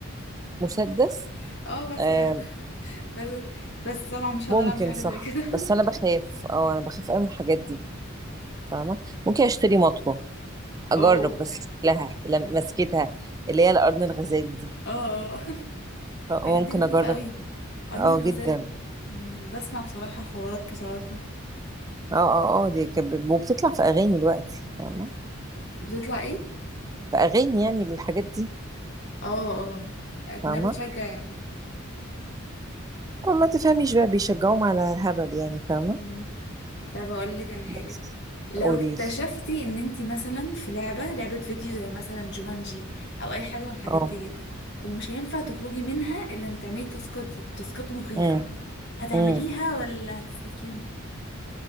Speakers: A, on the right (about 15°); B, on the left (about 55°).
A: مسدس
B: <laughs> اه بس
A: آه
B: بس بس طبعا مش هقدر
A: ممكن
B: اعمل حاجه
A: صح
B: زي كده
A: بس انا بخاف اه انا بخاف قوي من الحاجات دي فاهمة ممكن اشتري مطوة اجرب
B: <laughs> اوه
A: بس لها لم- مسكتها اللي هي القرن الغزال دي
B: اه اه
A: ف-
B: الحاجات
A: ممكن
B: دي مخيفه
A: اجرب
B: قوي قرن
A: اه
B: الغزال
A: جدا
B: يعني بسمع بصراحه حوارات بصراحه
A: اه اه اه دي كانت ب- وبتطلع في اغاني دلوقتي فاهمة
B: بتطلع ايه
A: في اغاني يعني للحاجات دي
B: اه اه لكنها
A: فاهمة
B: بتشجع يعني
A: ما تفهميش بقى بيشجعوهم على الهبل يعني فاهمة
B: مم. طب اقول لك على حاجه
A: بس
B: لو
A: قولي
B: اكتشفتي
A: لي
B: ان انتي مثلا في لعبه لعبه فيديو زي مثلا جومانجي او اي حاجه من الحاجات
A: اه
B: ديت ومش هينفع تخرجي منها الا لما تعملي التاسكات دي والتاسكات مخيفه
A: امم
B: هتعمليها
A: امم
B: ولا هتستسلمي